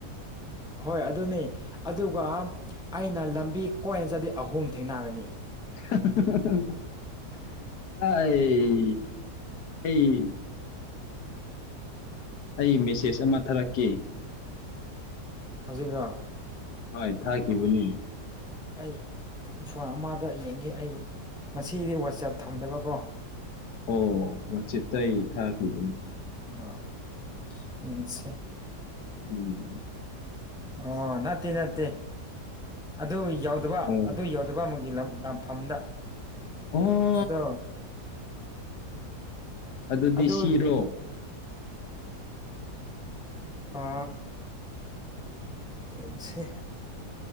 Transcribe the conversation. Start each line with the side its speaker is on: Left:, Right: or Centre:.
Centre: ꯍꯣꯏ ꯑꯗꯨꯅꯤ ꯑꯗꯨꯒ ꯑꯩꯅ ꯂꯝꯕꯤ ꯀꯣꯏꯅ ꯆꯠꯗꯤ ꯑꯍꯨꯝ ꯊꯦꯡꯅꯒꯅꯤ
Left: <unintelligible> ꯑꯩ ꯃꯦꯁꯦꯖ ꯑꯃ ꯊꯥꯔꯛꯀꯦ
Centre: ꯍꯧꯖꯤꯛꯔꯣ
Left: ꯍꯣꯏ ꯊꯥꯈꯤꯕꯅꯤ
Centre: ꯑꯩ ꯐꯣꯟ ꯑꯃꯗ ꯌꯦꯡꯒꯦ ꯑꯩ ꯉꯁꯤꯗꯤ ꯋꯥꯆꯞ ꯊꯝꯗꯕꯀꯣ
Left: ꯑꯣ ꯋꯥꯆꯦꯞꯇ ꯑꯩ ꯊꯥꯈꯤꯕꯅꯤ
Centre: ꯑ ꯌꯦꯡꯁꯦ
Left: ꯎꯝ
Centre: ꯑꯣ ꯅꯠꯇꯦ ꯅꯠꯇꯦ ꯑꯗꯨ ꯌꯣꯠ ꯗꯕ
Left: ꯑꯣ
Centre: ꯑꯗꯨ ꯌꯧꯗꯕ ꯑꯃꯒꯤ ꯂꯝ ꯂꯥꯟꯐꯝꯗ
Left: ꯑꯣ
Centre: ꯑꯗꯣ
Left: ꯑꯗꯨꯗꯤ
Centre: ꯑꯗꯨ
Left: ꯁꯤꯔꯣ
Centre: ꯑ ꯌꯦꯡꯁꯦ